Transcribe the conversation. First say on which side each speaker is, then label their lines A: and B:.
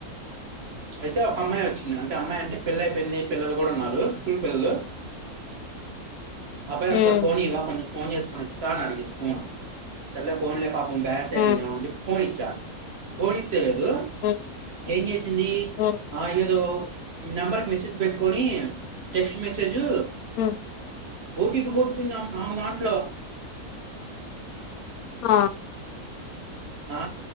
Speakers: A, on the right; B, on the left.
A: అయితే ఒక అమ్మాయి వచ్చింది అంటే అమ్మాయి అంటే పేల్లి అయిపోయింది పిల్లలు కూడా ఉన్నారు స్కూల్ పిల్లలు
B: <unintelligible>
A: అబ్బాయి ఒకసారి
B: ఉమ్
A: ఫోన్ ఇయ్యావా కొంచెం ఫోన్ చేసుకోని ఇస్తా అని అడిగింది పోను సర్లే పోన్లే పాపం బ్యాలెన్స్ అయిపోయిండెమో
B: ఉమ్
A: అని పోనీచ్చా ఫోన్ ఇస్తే <unintelligible>
B: ఉమ్
A: ఏం చేసింది
B: ఉమ్
A: ఆ ఏదో నెంబర్ మెసేజ్ పెట్టి కొని టెక్స్ట్ మెసేజు
B: హ
A: ఓ టీ పీ కొట్టుకుంది ఆమె దాంట్లో
B: ఆ
A: నా